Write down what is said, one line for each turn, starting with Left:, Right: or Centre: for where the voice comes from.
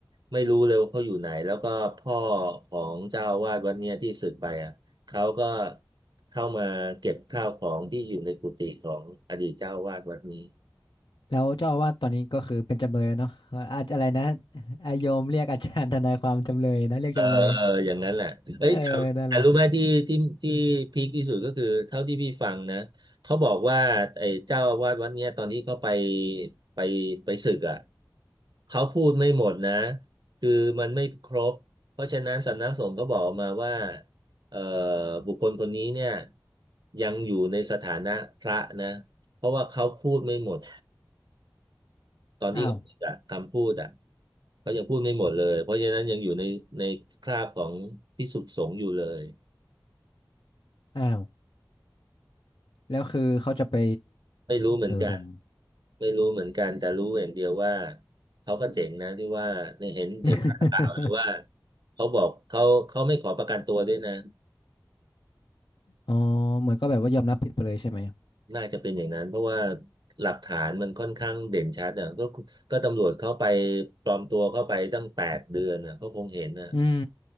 Right: ไม่รู้เลยว่าเขาอยู่ไหนแล้วก็พ่อของเจ้าอาวาสวันเนี้ยที่สึกไปอ่ะเขาก็เข้ามาเก็บข้าวของที่อยู่ในกุฏิของอดีตเจ้าอาวาสวัดนี้
Left: แล้วเจ้าอาวาสตอนนี้ก็คือเป็นจำเลยแล้วเนาะเอ่ออาจอะไรนะอาโยมเรียกอาจารย์ทนายความจำเลยนะเรียกจำเลย
Right: เออเอออย่างนั้นแหละเอ้ยแต่แต่รู้ไหมที่ที่ที่พีคที่สุดก็คือเท่าที่พี่ฟังนะเขาบอกว่าไอ้เจ้าอาวาสวัดเนี้ยตอนที่เขาไป
Left: เออนั่นแหละ
Right: ไปไปศึกอ่ะเขาพูดไม่หมดนะคือมันไม่ครบเพราะฉะนั้นสำนักสงฆ์ก็บอกมาว่าเอ่อบุคคลคนนี้เนี่ยยังอยู่ในสถานะพระนะเพราะว่าเขาพูดไม่หมด ตอนที่เขาพูดอะคำพูดอะ
Left: อ้าว
Right: เขายังพูดไม่หมดเลยเพราะฉะนั้นยังอยู่ในในคราบของภิกษุสงฆ์อยู่เลย
Left: อ้าวแล้วคือเขาจะไป
Right: ไม่รู้เหมือนกัน
Left: เออผม
Right: ไม่รู้เหมือนกันแต่รู้อย่างเดียวว่าเขาก็เจ๋งนะที่ว่าในเห็นเห็นข่าวหรือว่า
Left: <laughs>
Right: เขาบอกเขาเขาไม่ขอประกันตัวด้วยนะ
Left: อ๋อเหมือนก็แบบว่ายอมรับผิดไปเลยใช่ไหม
Right: น่าจะเป็นอย่างนั้นเพราะว่าหลักฐานมันค่อนข้างเด่นชัดอ่ะก็ก็ตำรวจเข้าไปปลอมตัวเข้าไปตั้งแปดเดือนอ่ะเขาคงเห็นนะ
Left: อืม